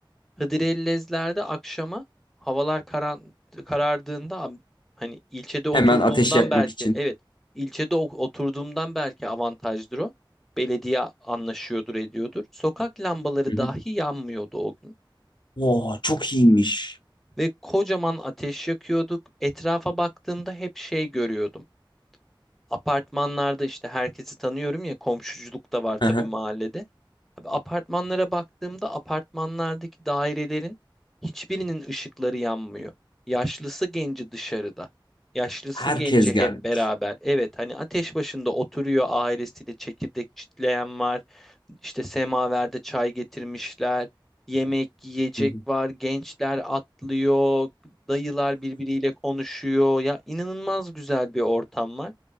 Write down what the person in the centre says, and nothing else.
Hıdrellezlerde akşama havalar karan, karardığında am- hani ilçede oturduğumdan
belki
evet ilçede o- oturduğumdan belki avantajdır o. Belediye anlaşıyordur ediyordur. Sokak lambaları
dahi yanmıyordu o gün.
Ve kocaman ateş yakıyorduk. Etrafa baktığımda hep şey görüyordum. Apartmanlarda işte herkesi tanıyorum ya komşuculuk da var tabii
mahallede. Abi apartmanlara baktığımda apartmanlardaki dairelerin hiçbirinin ışıkları yanmıyor. Yaşlısı genci dışarıda. Yaşlısı
genci hep
beraber. Evet hani ateş başında oturuyor ailesiyle çekirdek çitleyen var. İşte semaverde çay getirmişler. Yemek, yiyecek
var. Gençler atlıyor. Dayılar birbiriyle konuşuyor. Ya inanılmaz güzel bir ortam var.